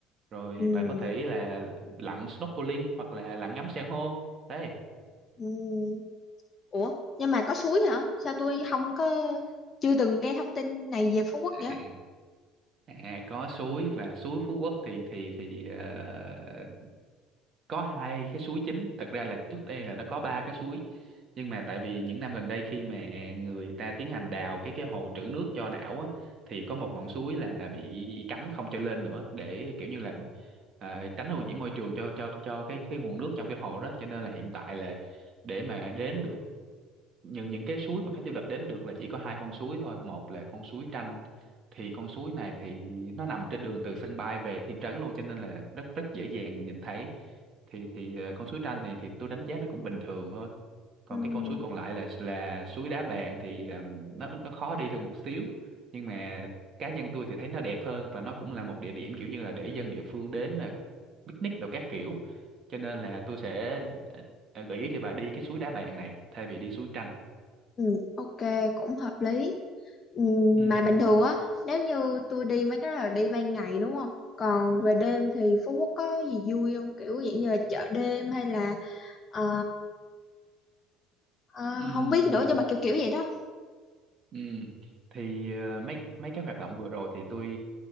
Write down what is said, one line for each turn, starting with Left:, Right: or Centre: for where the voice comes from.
Right: rồi
Left: Ừm,
Right: bà có thể là lặn snorkeling hoặc là lặn ngắm san hô đấy
Left: ừm. Ủa, nhưng mà có suối hả? Sao tôi không có chưa từng nghe thông tin này về Phú Quốc
Right: à,
Left: vậy?
Right: à, có suối và suối Phú Quốc thì thì thì ờ, có hai cái suối chính thật ra là trước đây là nó có ba cái suối nhưng mà tại vì những năm gần đây khi mà người ta tiến hành đào cái cái hồ trữ nước cho đảo á thì có một ngọn suối là bị cấm không cho lên nữa để kiểu như là ờ, tránh ô nhiễm môi trường cho cho cho cái cái nguồn nước trong cái hồ đó cho nên là hiện tại là để mà đến được những những cái suối mà khách du lịch đến được là chỉ có hai con suối thôi một là con suối Tranh thì con suối này thì nó nằm trên đường từ sân bay về thị trấn luôn cho nên là rất rất dễ dàng nhìn thấy thì thì ờ, con suối Tranh này thì tôi đánh giá nó cũng bình thường thôi còn
Left: Ừm,
Right: cái con suối còn lại là là suối Đá Bàn thì ờm, nó nó khó đi hơn một xíu nhưng mà cá nhân tôi thì thấy nó đẹp hơn và nó cũng là một địa điểm kiểu như là để dân địa phương đến ờ, picnic đồ các kiểu cho nên là tôi sẽ ờ, gợi ý cho bà đi cái suối Đá Bàn này thay vì đi suối Tranh
Left: ừm, ok, cũng hợp lý. Ừm,
Right: Ừ,
Left: mà bình thường á, nếu như tôi đi mấy cái đó là đi ban ngày đúng không? Còn về đêm thì Phú Quốc có gì vui không? Kiểu dạng như là chợ đêm hay là ờ, Ờ,
Right: ừ,
Left: không biết nữa nhưng mà kiểu kiểu vậy đó
Right: ừ. Thì ờ, mấy mấy cái hoạt động vừa rồi thì tôi